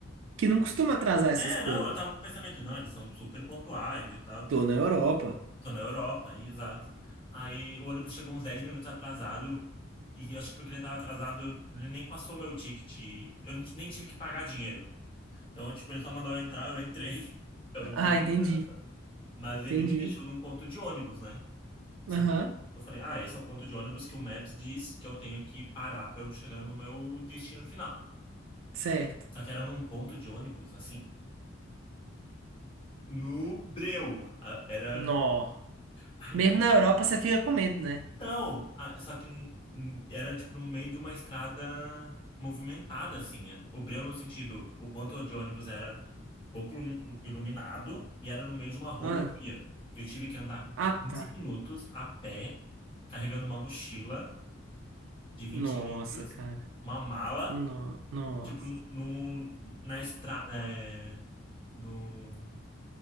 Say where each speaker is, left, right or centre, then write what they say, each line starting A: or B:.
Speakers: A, on the right; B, on the left.
A: Que não costuma atrasar essas
B: É,
A: coisas.
B: não, eu tava com o pensamento, não, eles são super pontuais e tal.
A: Tô na Europa.
B: Tô na Europa, e exato. Aí o ônibus chegou uns 10 minutos atrasado, e eu acho que porque ele tava atrasado, ele nem passou o meu ticket. Eu não ti- nem tive que pagar dinheiro. Então, tipo, ele só mandou eu entrar, eu entrei. <laughs> Então,
A: Ah,
B: eu entrei de
A: entendi.
B: graça. Mas ele
A: Entendi.
B: me deixou num ponto de ônibus, né? Só
A: Aham.
B: que eu falei, ah, esse é o ponto de ônibus que o Maps diz que eu tenho que parar pra eu chegar no meu destino final.
A: Certo.
B: Só que era num ponto de ônibus, assim. No Breu. A- Era.
A: Nó.
B: Ai,
A: Mesmo na Europa você fica com medo, né?
B: então. a- Só que n- n- era tipo no meio de uma estrada movimentada, assim. é. O Breu, no sentido, o ponto de ônibus era pouco lum- iluminado e era no meio de uma rodovia.
A: Ah,
B: Eu tive que andar
A: ah,
B: 15
A: tá.
B: minutos a pé, carregando uma mochila de vinte
A: Nossa,
B: litros,
A: cara.
B: uma mala,
A: No, nossa.
B: tipo, no, no- na estrada. no,